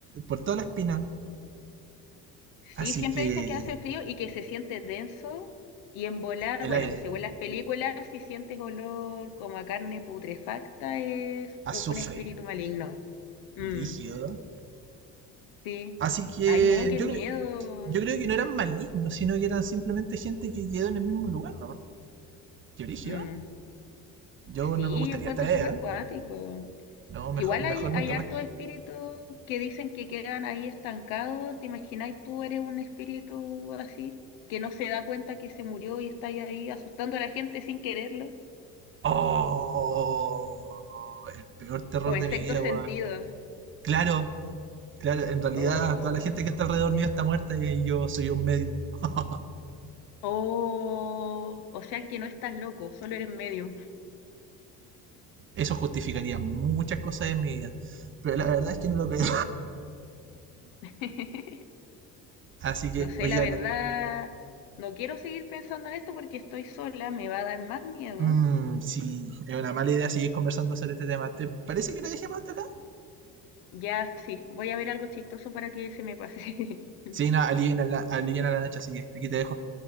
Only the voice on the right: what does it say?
por toda la espina.
Así
que
el
aire,
azufre,
rígido.
Así que
yo,
cre- yo creo que no eran malignos, sino que eran simplemente gente que quedó en el mismo lugar, ¿no? ¿Qué brígido?
Yo
no me gustaría
estar allá.
¿eh?
No, mejor,
mejor
nunca
más.
¡Oh! El peor terror
de
mi
vida,
weón. Claro, Claro, en realidad
toda la gente
que está alrededor mío está muerta y yo soy un medio. <laughs>
Eso justificaría muchas cosas en mi vida. Pero la verdad es que no lo creo.
Así que,
oye,
hablando.
Mmm, sí, es una mala idea seguir conversando sobre este tema. ¿Te parece que lo dejemos hasta acá?
Sí, no, alivien a la, alivien a la noche, así que aquí te dejo.